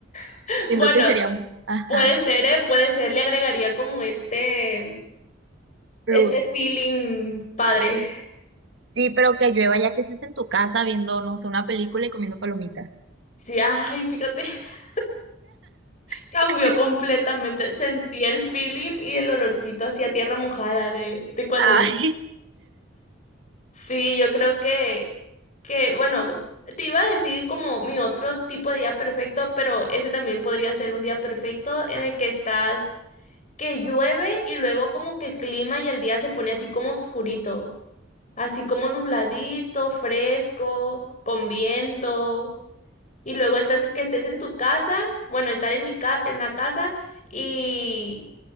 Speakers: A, on the left (about 40°); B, on the right (about 65°).
A: <laughs>
B: Siento
A: Bueno,
B: que sería un... Ajá,
A: puede ser, ¿eh? Puede ser, le agregaría como este,
B: plus.
A: este feeling padre.
B: Sí, pero que llueva ya que estés en tu casa viendo, no sé, una película y comiendo palomitas.
A: Sí, ay, fíjate, <laughs> cambió
B: <laughs>
A: completamente. Sentí el feeling y el olorcito hacia tierra mojada de, de cuando
B: Ay,
A: Sí, yo creo que, que, bueno, te iba a decir como mi otro tipo de día perfecto, pero ese también podría ser un día perfecto en el que estás, que llueve y luego como que el clima y el día se pone así como obscurito, así como nubladito, fresco, con viento, y luego estás, que estés en tu casa, bueno, estar en mi ca- en la casa y